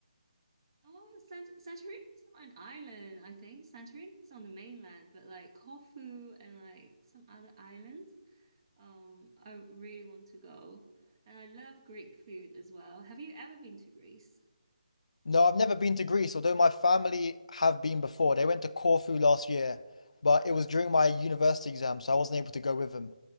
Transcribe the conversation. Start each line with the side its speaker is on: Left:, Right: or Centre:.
Right: Oh, Sant Santorini is not an island, I think. Santorini is on the mainland, but like Corfu and like some other islands, um, I really want to go. And I love Greek food as well. Have you ever been to Greece?
Left: No, I've never been to Greece, although my family have been before. They went to Corfu last year, but it was during my university exam, so I wasn't able to go with them.